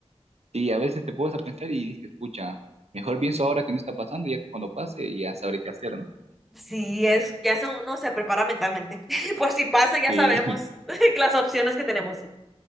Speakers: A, on the right; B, in the centre.
A: Sí, a veces te puedes a pensar y dices, escucha, mejor pienso ahora que no está pasando, ya que cuando pase ya sabré qué hacer, ¿no?
B: Sí, es que hace uno se prepara mentalmente. <laughs> Por si pasa, ya
A: Sí,
B: sabemos
A: <laughs>
B: <laughs> las opciones que tenemos.